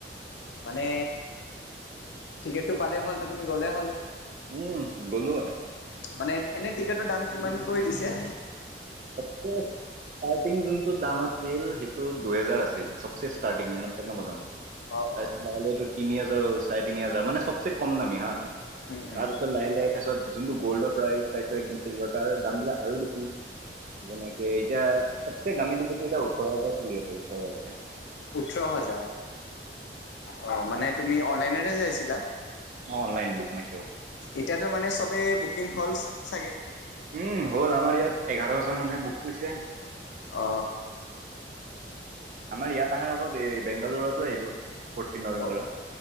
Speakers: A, on the left; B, on the right.
A: মানে, টিকেটটো পালেই হ'ল, ত তুমি গ'লেই হ'ল।
B: উম গলো হয়।
A: মানে এনে টিকেটোৰ দাম কিমানকৈ দিছে?
B: তো ষ্টাৰ্টিং যোনটো দাম আছিল, সেইটো দুহেজাৰ আছিল চবচে ষ্টাৰ্টিং
A: অ
B: প্ৰথম প্ৰথম।
A: অ
B: তাৰত
A: অ
B: ল এইটো তিনি হাজাৰ হ'ল চাৰে তিনি হাজাৰ, মানে চবচে কম দামী হা।
A: উম উম
B: তাৰপিছত লাহে লাহে তাৰপিছত যোনটো গ'ল্ডৰ প্ৰ একদম চিলভাৰ তাৰ দামবিলাক আৰু বেছি। তেনেকে এতিয়া চবচে দামী দিগতো এটা ওঠৰহাজাৰ চলি আছে ওঠৰহাজাৰ।
A: ওঠৰ হাজাৰ। অ মানে তুমি অনলাইনতে চাইছিলা?
B: অনলাইন বুক মাই শ্ব'
A: এতিয়াতো মানে চবে বুকিং হল চাগে।
B: উম হ'ল। আমাৰ ইয়াত এঘাৰ হাজাৰ মানুহে বুক কৰিছে।
A: অ।
B: আমাৰ ইয়াত আহাৰ আগত এই বেংগালৰতো আহিব ফৰ্টিন নৱেম্বৰত।
A: অ